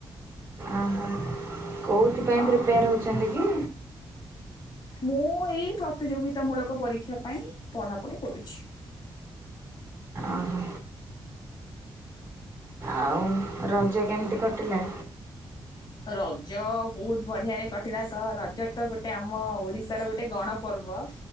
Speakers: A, on the right; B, on the left.
A: ଆହା, କେଉଁଥିପାଇଁ
B: ହଁ
A: ପ୍ରିପେୟାର ହେଉଛନ୍ତି କି?
B: ମୁଁ ଏଇ ପ୍ରତିଯୋଗିତାମୂଳକ ପରୀକ୍ଷା ପାଇଁ ପଢ଼ାପଢ଼ି କରୁଛି।
A: ଓହୋ ଆଉ ରଜ କେମିତି କଟିଲା?
B: ରଜ ବହୁତ ବଢିଆରେ କଟିଲା ତ, ରଜ ତ ଗୋଟେ ଆମ ଓଡିଶାର ଗୋଟେ ଗଣ ପର୍ବ।